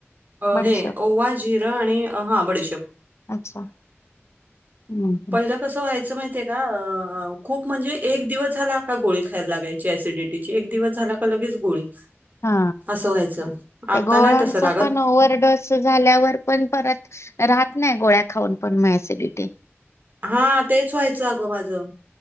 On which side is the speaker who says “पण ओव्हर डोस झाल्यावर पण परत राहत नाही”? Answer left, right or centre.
Left